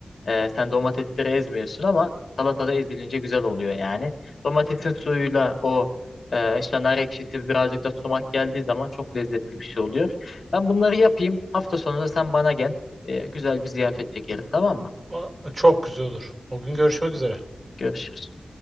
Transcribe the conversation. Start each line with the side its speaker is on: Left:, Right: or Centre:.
Left: e, sen domatesleri ezmiyorsun ama salatada ezilince güzel oluyor yani. Domatesin suyuyla o ee, işte nar ekşisi birazcık da sumak geldiği zaman çok lezzetli bir şey oluyor. Ben bunları yapayım. Hafta sonu da sen bana gel. Ee, güzel bir ziyafet çekeriz tamam mı?
Right: <laughs> Çok güzel olur. O gün görüşmek üzere.
Left: Görüşürüz.